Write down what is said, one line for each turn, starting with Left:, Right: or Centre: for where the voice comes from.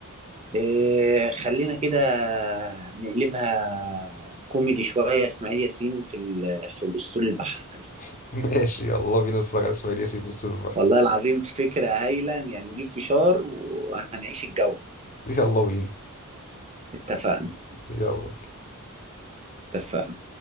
Right: إيه خلينا كده نقلبها كوميدي شوية إسماعيل ياسين في ال- في الأسطول البحري
Left: <laughs> ماشي يلا بينا نتفرج على اسماعيل ياسين في الصيف البحر
Right: والله العظيم فكرة هايلة يعني نجيب فشار وهنعيش الجو
Left: يلا بينا
Right: اتفقنا
Left: يلا
Right: اتفقنا